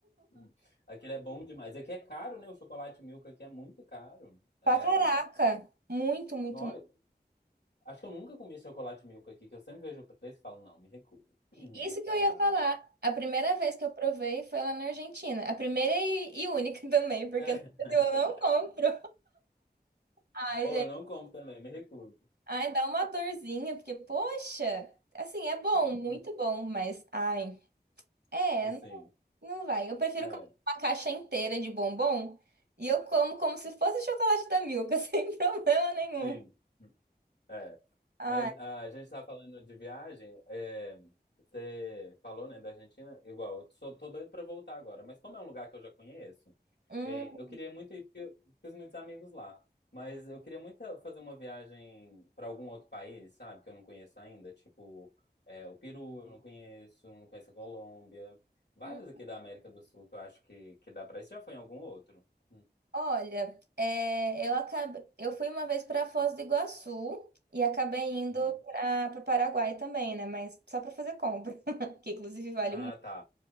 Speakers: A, on the left (about 80°); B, on the right (about 70°).
A: Hum. Aquele é bom demais. Aqui é caro, né? O chocolate Milka aqui é muito caro. É...
B: Pra caraca! Muito, muito,
A: Nó,
B: muito.
A: Acho que eu nunca comi chocolate milk aqui, que eu sempre vejo o preço e falo, não, me recuso. Uhum,
B: Isso que
A: não
B: eu ia
A: dá.
B: falar. A primeira vez que eu provei foi lá na Argentina. A primeira e, e única <laughs> também, porque
A: É. <laughs>
B: no Brasil eu não compro. <laughs> Ai,
A: Ou
B: gente.
A: eu não como também, me recuso.
B: Ai, dá uma dorzinha, porque, poxa, assim, é bom,
A: <laughs>
B: muito bom, mas, ai, é,
A: Sim.
B: não, não vai. Eu prefiro
A: É,
B: comer uma caixa inteira de bombom e eu como como se fosse chocolate da Milka, <laughs> sem problema nenhum.
A: sim. É.
B: Ai,
A: Mas ah, a gente está falando de viagem. é, você falou, né, da Argentina? Igual, eu sou, tô doido para voltar agora. Mas como é um lugar que eu já conheço,
B: hum.
A: é, eu queria muito ir porque eu fiz muitos amigos lá. Mas eu queria muito fazer uma viagem para algum outro país, sabe? Que eu não conheço ainda. Tipo, é, o Peru eu não conheço, não conheço a Colômbia. Vários
B: hum.
A: aqui da América do Sul que eu acho que, que dá para ir. Você já foi em algum outro? Hum,
B: Olha, é, eu acabei, eu fui uma vez para Foz do Iguaçu e acabei indo
A: uhum.
B: para o Paraguai também, né? Mas só para fazer compra, <laughs> que inclusive vale
A: Ah,
B: muito.
A: tá.